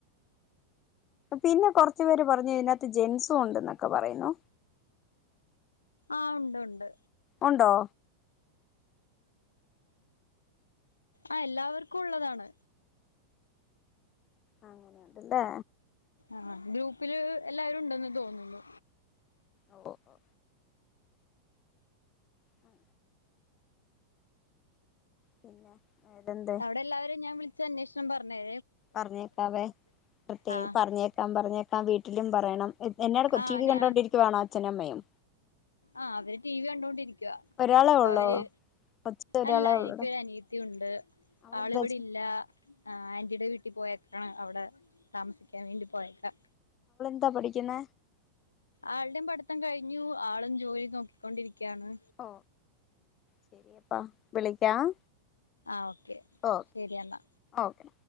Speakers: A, on the left (about 30°); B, on the left (about 80°).
A: പിന്നെ കൊറച്ചുപേര് പറഞ്ഞു ഇതിനകത്ത് ജെൻസും ഉണ്ട് എന്നൊക്കെ പറയുന്നു.
B: ആഹ ഉണ്ട് ഉണ്ട്.
A: ഉണ്ടോ
B: ആ എല്ലാവർക്കും ഉള്ളതാണ്
A: അങ്ങനെയുണ്ടല്ലേ
B: ആഹ് ഗ്രൂപ്പില് എല്ലാവാരും ഉണ്ടെന്ന് തോന്നുന്നു
A: ഓ ഓ ഓ ഉം പിന്നെ തെന്താ
B: അവിടെ എല്ലാവരും ഞാൻ വിളിച്ച് അന്വേഷണം പറഞ്ഞേ
A: പറഞ്ഞേക്കാവേ പ്രത്യേക
B: ആഹ്
A: പറഞ്ഞേക്കാം പറഞ്ഞേക്കാം വീട്ടിൽ ഒിലും പറയണം എന്നോട്
B: ആഹ്
A: ടി വി
B: ഞാൻ
A: കണ്ടോണ്ടിരിക്കുവാണോ അച്ഛനും അമ്മയും
B: ആഹ് അവര് ടി വി കണ്ടൊണ്ടിരിക്കുവ
A: ഒരാളെ
B: അപ്പ
A: ഉള്ളോ
B: അവര്
A: കൊച്ച് ഒരാളെ
B: അല്ല
A: ഉള്ളൂടാ
B: എനിക്കൊരു അനിയത്തി ഉണ്ട്
A: അവളെന്താ
B: അ ആള് ഇവിടെ ഇല്ല ആ ആന്റിയുടെ വീട്ടിൽ പോയ ആ അവിടെ താമസിക്കാൻ വേണ്ടി പോയേക്ക
A: എന്താ പഠിക്കുന്ന
B: ആളുടെയും പഠിത്തം കഴിഞ്ഞു ആളും ജോലി നോക്കിക്കൊണ്ടിരി ക്കാണ്.
A: ഓ ശരിയപ്പാ വിളിക്കാം.
B: ആ ഓക്കെ
A: ഓ
B: ശരിയെന്നാ
A: ഓക്കെ